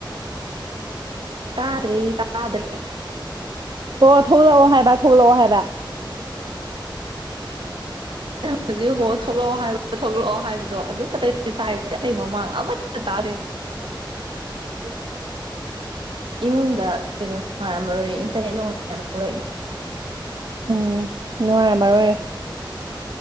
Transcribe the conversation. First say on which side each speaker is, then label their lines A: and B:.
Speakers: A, on the right (about 80°); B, on the right (about 55°).
A: ꯇꯥꯗ꯭ꯔꯦ ꯇꯥꯗ꯭ꯔꯦ
B: ꯑꯣ ꯊꯣꯛꯂꯛꯑꯣ ꯍꯥꯏꯕ ꯊꯣꯛꯂꯛꯑꯣ ꯍꯥꯏꯕ <inaudible>
A: ꯍꯧꯖꯤꯛ ꯍꯣ ꯊꯣꯛꯂꯛꯑꯣ ꯍꯥꯏꯕ ꯊꯣꯛꯂꯛꯑꯣ ꯍꯥꯏꯕꯗꯣ ꯑꯗꯨ ꯈꯛꯇꯅꯦ ꯇꯥꯏꯖꯦ ꯑꯩꯇꯩ ꯃꯃꯥꯡ ꯑꯃꯠꯇ ꯇꯥꯗꯦ
B: <unintelligible>
A: ꯏꯃꯨꯡꯗ ꯀꯩꯅꯣ ꯅꯨꯡꯉꯥꯏꯔꯝꯃꯔꯣꯏ ꯏꯟꯇꯔꯅꯦꯠ ꯅꯨꯡꯉꯥꯏꯔꯝꯃꯔꯣꯏ
B: ꯎꯝ ꯅꯨꯡꯉꯥꯏꯔꯝꯃꯔꯣꯏꯌꯦ